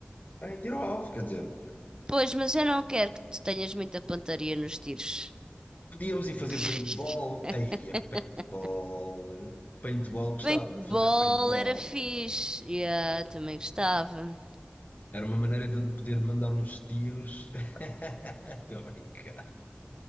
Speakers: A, on the left (about 40°); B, on the right (about 20°).
A: eh, em tiro ao alvo, quer dizer,
B: Pois, mas eu não quero que tu tenhas muita pontaria nos tiros.
A: podíamos ir fazer
B: <laughs>
A: paintball, aí a paintball, paintball, gostava
B: Paintball
A: de fazer paintball.
B: era fixe. Yeah, também gostava.
A: Era uma maneira de eu poder mandar uns tiros. <laughs> Estou a brincar.